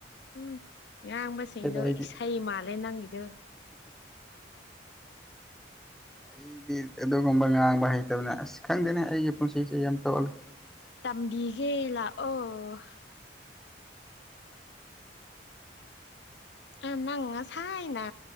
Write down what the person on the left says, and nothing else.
ꯎꯝ ꯉꯥꯡꯕꯁꯦꯡꯗꯣ
ꯏꯁꯩ ꯃꯥꯂꯦ ꯅꯪꯒꯤꯗꯨ
ꯇꯝꯕꯤꯒꯦ ꯂꯥꯛꯑꯣ ꯅꯪ-ꯅꯪ ꯉꯁꯥꯏꯅ